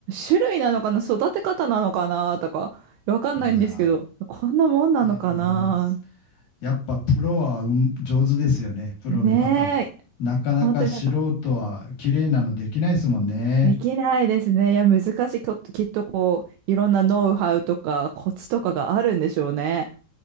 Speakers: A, on the right (about 85°); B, on the left (about 55°).
A: 種類なのかな、育て方なのかなとか、わかんないんですけど、
B: いや
A: こんなもんなのかな。
B: ー、むずやっぱプロはうん上手ですよね、プロの方は。
A: ねえ。
B: なかなか素人は綺麗なのできないですもんね。
A: 本当になんかできないですね。いや、難しい。きょきっとこう、いろんなノウハウとかコツとかがあるんでしょうね。